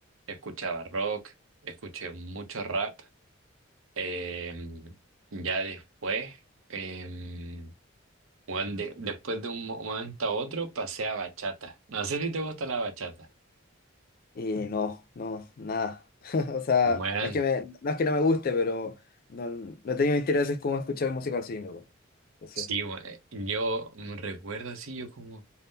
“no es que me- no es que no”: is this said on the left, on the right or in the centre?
Left